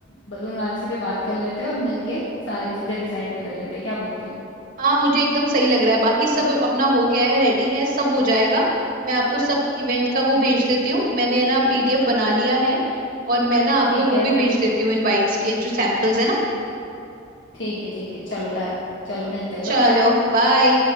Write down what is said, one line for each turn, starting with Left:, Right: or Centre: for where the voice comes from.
Left: बलून वाले से भी बात कर लेते हैं और मिलके सारी चीजें डिसाइड भी कर लेते हैं क्या बोलती हो
Right: हाँ मुझे एकदम सही लग रहा है बाकी सब अपना हो गया है रेडी है सब हो जाएगा मैं आपको सब इवेंट का वो भेज देती हूँ मैंने ना पीडीएफ बना लिया है और मैं ना आपको
Left: ठीक
Right: वो
Left: है
Right: भी भेज देती हूँ इनवाइट्स के जो सैंपल्स है ना
Left: ठीक है ठीक है चलो डन चलो मिलते हैं
Right: चलो
Left: बाय बाय
Right: बाय